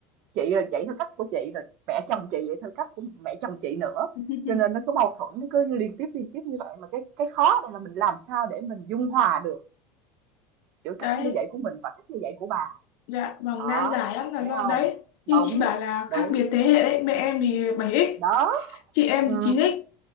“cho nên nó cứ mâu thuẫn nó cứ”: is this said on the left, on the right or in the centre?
Right